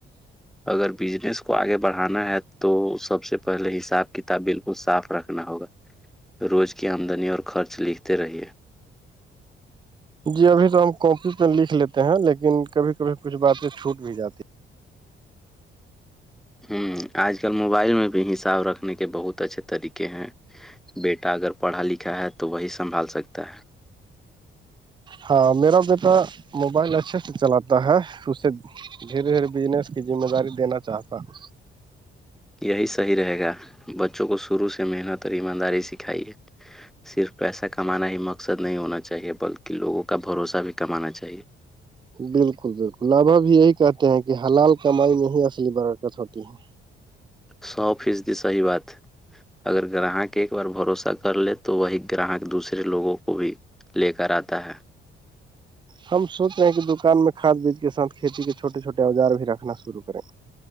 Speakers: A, in the centre; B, on the right.
A: اگر بزنس کو آگے بڑھانا ہے تو سب سے پہلے حساب کتاب بالکل صاف رکھنا ہوگا روز کی آمدنی اور خرچ لکھتے رہیے
B: جی ابھی تو ہم کاپی پہ لکھ لیتے ہیں لیکن کبھی کبھی کچھ باتیں چھوٹ بھی جاتی ہیں۔
A: ہوں آج کل موبائل میں بھی حساب رکھنے کے بہت اچھے طریقے ہیں بیٹا اگر پڑھا لکھا ہے تو وہی سنبھال سکتا ہے
B: ہاں میرا بیٹا موبائل اچھے سے چلاتا ہے اسے دھیرے دھیرے بجنس کی ذمہ داری دینا چاہتا ہوں
A: یہی صحیح رہے گا بچوں کو شروع سے محنت اور ایمانداری سکھائیے صرف پیسہ کمانا ہی مقصد نہیں ہونا چاہیے بلکہ لوگوں کا بھروسہ بھی کمانا چاہیے
B: بالکل بالکل نبھا بھی یہی کہتے ہیں کہ حلال کمائی میں ہی اصلی برکت ہوتی ہے
A: سو فیصدی صحیح بات اگر گراہک ایک بار بھروسہ کر لے تو وہی گراہک دوسرے لوگوں کو بھی لے کر آتا ہے
B: ہم سوچ رہے ہیں کہ دکان میں کاد بیج کے سھ کھیتی کے چھوٹے چھٹے اوزار بھی رکھنا شرع کریں